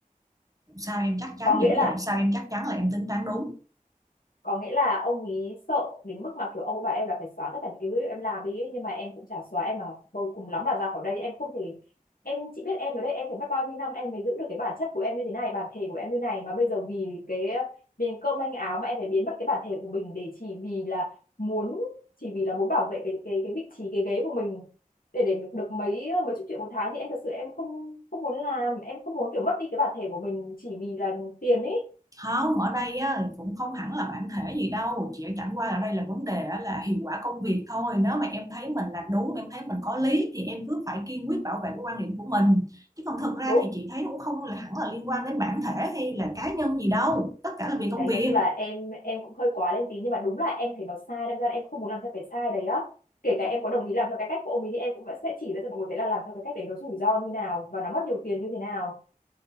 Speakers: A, on the right; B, on the left.
A: sao em chắc chắn
B: có nghĩa
A: dữ
B: là
A: vậy sao em chắc chắn là em tính toán đúng
B: có nghĩa là ông ấy sợ đến mức mà kiểu ông bà em là phải xóa tất cả những cái dữ em làm đi ấy. nhưng mà em cũng chả xóa em mà tôi cùng lắm là ra khỏi đây em không thể em chỉ biết em ở đây em phải mất bao nhiêu năm em mới giữ được cái bản chất của em như thế này bản thể của em như này mà bây giờ vì cái miếng cơm manh áo mà em phải biến mất cái bản thể của mình để chỉ vì là muốn chỉ vì là muốn bảo vệ cái cái cái vị trí cái ghế của mình để để được mấy mấy chục triệu một tháng thì em thật sự em không không muốn làm em không muốn kiểu mất đi cái bản thể của mình chỉ vì là tiền ấy
A: không ở đây á, cũng không hẳn là bản thể gì đâu chỉ chẳng qua ở đây là vấn đề á, là hiệu quả công việc thôi nếu mà em thấy mình làm đúng em thấy mình có lý thì em cứ phải kiên quyết bảo vệ cái quan điểm của mình chứ còn thực ra
B: đúng
A: thì chị thấy cũng không là hẳn là liên quan đến bản thể hay là cá nhân gì đâu tất cả là vì
B: Thì
A: công
B: đấy
A: việc
B: nói chung là em em cũng hơi quá lên tí nhưng mà đúng là em thấy nó sai đâm ra là em không muốn làm theo cái sai đấy á kể cả em có đồng ý làm theo cái cách của ông ấy thì em cũng vẫn sẽ chỉ ra cho mọi người thấy là làm theo cái cách đấy nó rủi ro như nào và nó mất nhiều tiền như thế nào